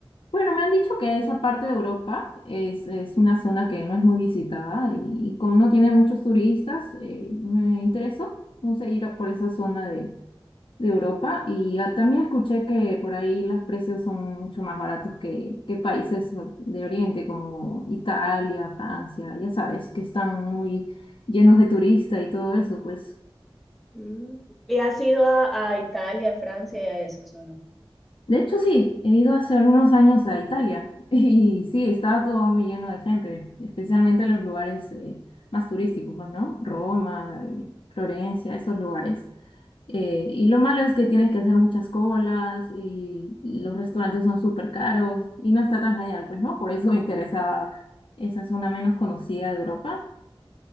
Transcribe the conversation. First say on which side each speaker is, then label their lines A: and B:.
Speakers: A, on the left (about 65°); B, in the centre.
A: Bueno, me han dicho que esa parte de Europa es, es una zona que no es muy visitada y, y como no tiene muchos turistas, eh, me interesó, no sé, ir a por esa zona de, de Europa y ah, también escuché que por ahí los precios son mucho más baratos que, que países de Oriente como Italia, Francia, ya sabes, que están muy llenos de turistas y todo eso, pues.
B: Mm, ¿Y has ido a, a Italia, Francia y a esos o no?
A: De hecho, sí, he ido hace algunos años a Italia <laughs> y sí, estaba todo muy lleno de gente, especialmente los lugares eh, más turísticos, pues, ¿no? Roma, eh, Florencia, esos lugares. Eh, y lo malo es que tienes que hacer muchas colas y los restaurantes son súper caros y no está tan genial, pues, ¿no? Por eso me interesaba esa zona menos conocida de Europa.